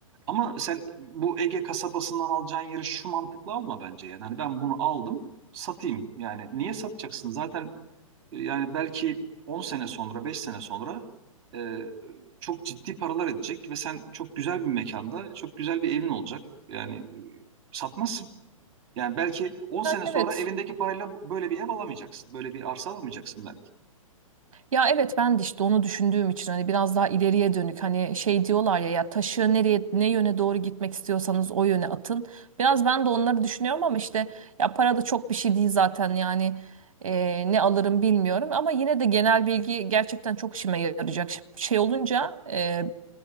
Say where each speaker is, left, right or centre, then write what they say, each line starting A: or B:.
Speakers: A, on the right; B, on the right.
A: Ama sen bu Ege kasabasından alacağın yeri şu mantıkla alma bence. Yani hani ben bunu aldım, satayım. Yani niye satacaksın? Zaten e, yani belki 10 sene sonra, beş sene sonra e, çok ciddi paralar edecek ve sen çok güzel bir mekanda, çok güzel bir evin olacak. Yani e, satmazsın. Yani belki on sene sonra
B: evet.
A: elindeki parayla böyle bir ev alamayacaksın. Böyle bir arsa alamayacaksın belki.
B: Ya evet ben de işte onu düşündüğüm için hani biraz daha ileriye dönük hani şey diyorlar ya ya taşı nereye ne yöne doğru gitmek istiyorsanız o yöne atın. Biraz ben de onları düşünüyorum ama işte ya para da çok bir şey değil zaten yani e, ne alırım bilmiyorum ama yine de genel bilgi gerçekten çok işime yarayacak. Şey olunca e,